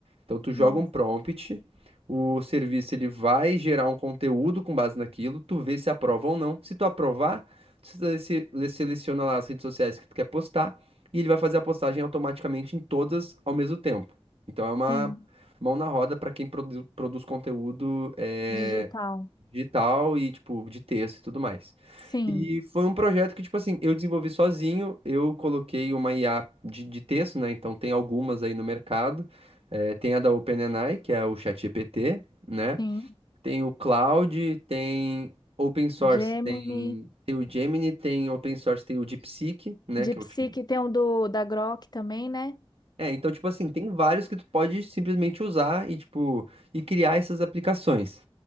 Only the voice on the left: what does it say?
Nossa,
sim,
digital.
Sim,
sim.
Gemini.
De
Psyche
tem um do, da Grok também, né?